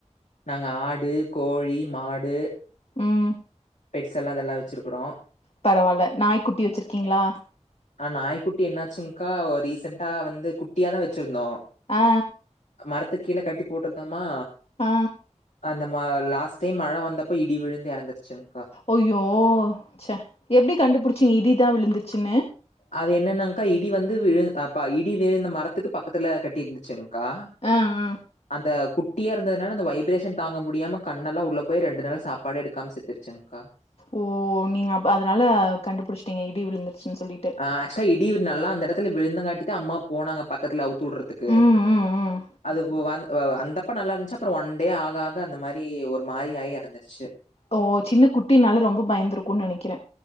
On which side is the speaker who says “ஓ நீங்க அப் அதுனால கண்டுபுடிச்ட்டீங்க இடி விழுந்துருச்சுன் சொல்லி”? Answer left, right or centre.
Left